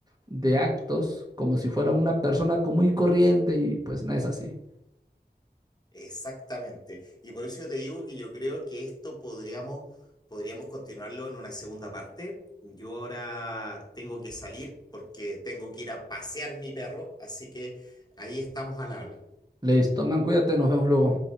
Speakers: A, on the right; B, on the left.
A: de actos, como si fuera una persona común y corriente, y pues no es así.
B: Exactamente. Y por eso yo te digo que yo creo que esto podríamos, podríamos continuarlo en una segunda parte. Yo ahora tengo que salir porque tengo que ir a pasear mi perro, así que ahí estamos al habla.
A: Les toman, cuídate, nos vemos luego.